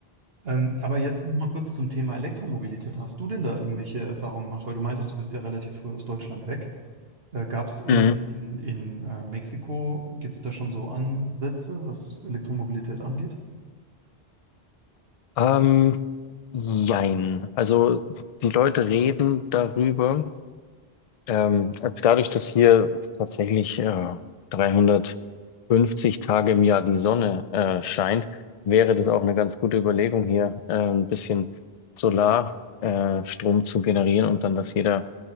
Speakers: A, on the right (about 70°); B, on the left (about 50°).
A: Ähm, aber jetzt noch mal kurz zum Thema Elektromobilität. Hast du denn da irgendwelche Erfahrungen gemacht? Weil du meintest, du bist ja relativ früh aus Deutschland weg. Äh, gab es in,
B: Mhm.
A: in, in äh, Mexiko, gibt es da schon so Ansätze, was Elektromobilität angeht?
B: Ähm, jein. Also die Leute reden darüber. Ähm, dadurch, dass hier tatsächlich äh, 350 Tage im Jahr die Sonne äh, scheint, wäre das auch eine ganz gute Überlegung, hier äh, ein bisschen Solarstrom äh, Strom zu generieren und dann, dass jeder